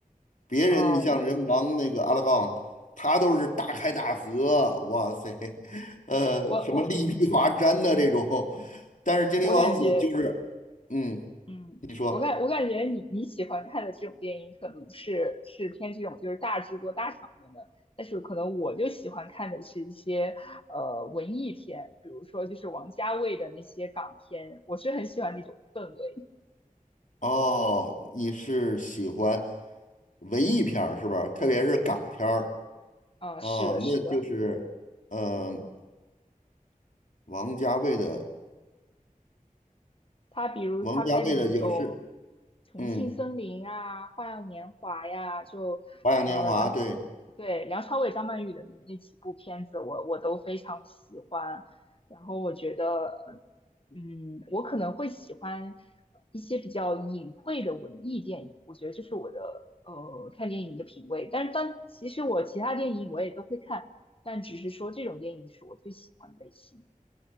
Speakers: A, on the left; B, on the left.
A: 别人你像人王那个阿拉贡，
B: 哦，那
A: 他都是大开大合，哇塞，<laughs> 呃，
B: 我我
A: 什么力劈华山的这种，但是精灵王子就是，
B: 我感觉，
A: 嗯，
B: 嗯我感我感觉你你喜欢看的这种电影，
A: 你说，
B: 可能是是偏这种就是大制作、大场面的，但是可能我就喜欢看的是一些呃文艺片，比如说就是王家卫的那些港片，我是很喜欢那种氛围。
A: 哦，你是喜欢文艺片儿是吧？特别是港片儿
B: 啊，是的，
A: 哦，
B: 是的。
A: 那就是，嗯、王家卫的，
B: 他比如他拍的那种
A: 王家卫的有是，
B: 《重庆森林》啊，
A: 嗯，
B: 《花样年华》呀，就呃梁
A: 《花样年华》对。
B: 对梁朝伟、张曼玉的那那几部片子我，我都非常喜欢。然后我觉得，嗯，我可能会喜欢一些比较隐晦的文艺电影，我觉得这是我的呃看电影的品味。但是当其实我其他电影我也都会看，但只是说这种电影是我最喜欢的类型。